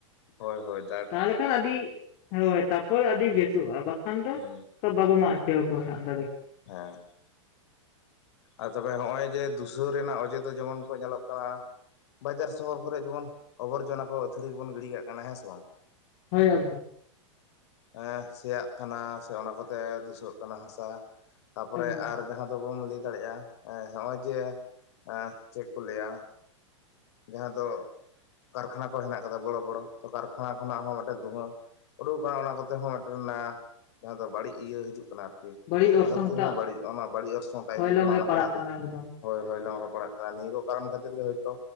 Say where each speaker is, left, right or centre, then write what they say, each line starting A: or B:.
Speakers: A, on the left (about 60°); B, on the left (about 40°).
A: ᱦᱚᱭ ᱦᱚᱭ
B: ᱛᱟᱦᱚᱞᱮ ᱠᱷᱟᱱ ᱟᱹᱰᱤ ᱦᱳᱭ ᱛᱟᱯ ᱦᱚᱭ ᱟᱹᱰᱤ ᱵᱮᱥᱚᱜᱼᱟ ᱵᱟᱠᱷᱟᱱ ᱫᱚ
A: ᱦᱮᱸ
B: ᱛᱟᱯ ᱵᱟᱵᱚ ᱢᱟᱜ ᱦᱚᱪᱚᱣ ᱠᱚᱣᱟ ᱦᱟᱸᱜ ᱫᱟᱨᱮ ᱠᱚ
A: <unintelligible> ᱟᱨ ᱛᱚᱵᱮ ᱦᱚᱸᱜᱼᱚᱭ ᱡᱮ ᱫᱷᱩᱥᱟᱹᱣ ᱨᱮᱱᱟᱜ ᱚᱡᱮ ᱫᱚ ᱡᱮᱢᱚᱱ ᱠᱚ ᱧᱮᱞᱚᱜ ᱠᱟᱱᱟᱹ ᱵᱟᱡᱟᱨ ᱥᱚᱦᱚᱨ ᱠᱚᱨᱮ ᱡᱮᱢᱚᱱ ᱟᱵᱚᱨᱡᱚᱱᱟ ᱠᱚ ᱟᱹᱛᱷᱟᱹᱲᱤ ᱠᱚᱵᱚᱱ ᱜᱤᱰᱤ ᱠᱟᱜ ᱠᱟᱱᱟ ᱦᱮᱸ ᱥᱮ ᱵᱟᱝ?
B: ᱦᱳᱭ ᱮᱠᱫᱚᱢ
A: ᱦᱮᱸ ᱥᱮᱭᱟᱜ ᱠᱟᱱᱟ ᱥᱮ ᱚᱱᱟ ᱠᱚᱛᱮ ᱫᱷᱩᱥᱟᱹᱜ ᱠᱟᱱᱟ ᱦᱟᱥᱟ ᱛᱟᱯᱚᱨᱮ
B: ᱮᱠᱫᱚᱢ
A: ᱟᱨ ᱡᱟᱦᱟᱸ ᱫᱚᱵᱚᱱ ᱞᱟᱹᱭ ᱫᱟᱲᱮᱭᱟᱜᱼᱟ ᱮᱸ ᱦᱚᱜᱼᱚᱭ ᱡᱮ ᱮᱸ ᱪᱮᱫ ᱠᱚ ᱞᱟᱹᱭᱟ ᱡᱟᱦᱟᱸ ᱫᱚ ᱠᱟᱨᱠᱷᱟᱱᱟ ᱠᱚ ᱦᱮᱱᱟᱜ ᱠᱟᱫᱟ ᱵᱚᱲᱚ ᱵᱚᱲᱚ ᱠᱟᱨᱠᱷᱟᱱᱟ ᱠᱷᱚᱱᱟᱜ ᱦᱚᱸ ᱢᱤᱫᱴᱮᱱ ᱫᱷᱩᱶᱟᱹ ᱩᱰᱩᱠ ᱟᱠᱟᱱᱟ ᱚᱱᱟ ᱠᱚᱛᱮ ᱦᱚᱸ ᱢᱤᱫᱴᱮᱱ ᱮᱸ ᱡᱟᱦᱟᱸ ᱫᱚ ᱵᱟᱹᱲᱤᱡ ᱤᱭᱟᱹ ᱦᱤᱡᱩᱜ ᱠᱟᱱᱟ ᱟᱨᱠᱤ
B: ᱵᱟᱹᱲᱤᱡ
A: ᱚᱱᱟ
B: ᱚᱨᱥᱚᱝ
A: ᱠᱷᱟᱹᱛᱤᱨ
B: ᱴᱟᱜ
A: ᱦᱚᱸ ᱵᱟᱹᱲᱤᱡ ᱚᱱᱟ ᱵᱟᱹᱲᱤᱡ ᱚᱨᱥᱚᱝᱴᱟᱭ
B: ᱦᱚᱭᱞᱚᱝ
A: ᱦᱤᱡᱩᱜ ᱠᱟᱱᱟ
B: ᱨᱮ
A: ᱚᱱᱟ
B: ᱯᱟᱲᱟᱜ
A: ᱠᱷᱚᱱᱟᱜ
B: ᱠᱟᱱᱟ
A: ᱜᱤ
B: ᱮᱠᱫᱚᱢ
A: ᱦᱳᱭ ᱦᱳᱭ ᱯᱟᱲᱟᱜ ᱠᱟᱱᱟ ᱱᱤᱭᱟᱹ ᱠᱚ ᱠᱟᱨᱚᱱ ᱠᱷᱟᱹᱛᱤᱨ ᱜᱮ ᱦᱳᱭᱛᱳ